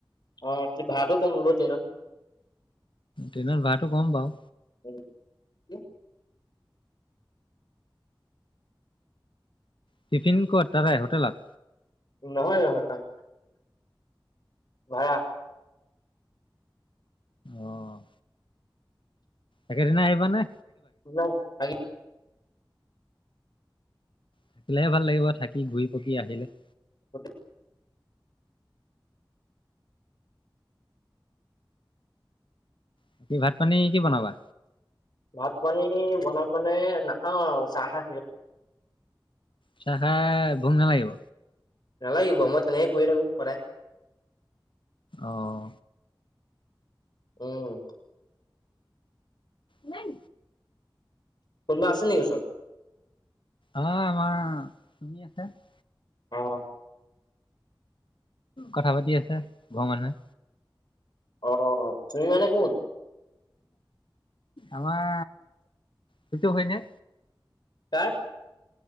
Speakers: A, on the left (about 55°); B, on the left (about 65°).
A: অ' তোৰ ভাড়াতো কম হ'ব ট্ৰেইনত।
B: ট্ৰেইনৰ ভাড়াটো কম বাৰু।
A: হুম কি?
B: টিফিন ক'ত তাতে হোটেলত?
A: নহয়, নহয়। ভাড়া
B: অহ' একেদিনাই আহিবা নে?
A: নাই থাকিম।
B: থাকিলেহে ভাল লাগিব, থাকি ঘূৰি পকি আহিলে।
A: <inaudible>
B: বাকী ভাত পানী কি বনাবা?
A: ভাত পানী বনাম মানে নাখাওঁ আৰু চাহ খাই থাকে
B: চাহ খায় ভোক নালাগিব?
A: নালাগিব মই তেনেকে শুইয়ে থাকো সদায়।
B: অহ।
A: উম।
B: নাই।
A: কোনোবা আছে নেকি ওচৰত?
B: অ আমাৰ <unintelligible> <inaudible>
A: অ
B: কথা পাতি আছে ঘৰৰ মানুহে।
A: অ' তুমি মানে কোন?
B: আমাৰ সেইটো হয় নে?
A: ক <inaudible>